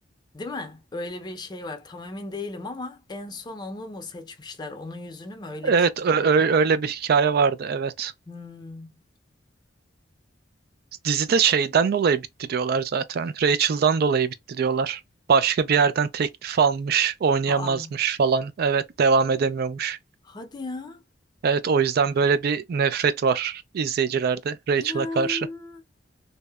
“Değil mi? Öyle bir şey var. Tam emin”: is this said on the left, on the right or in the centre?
Left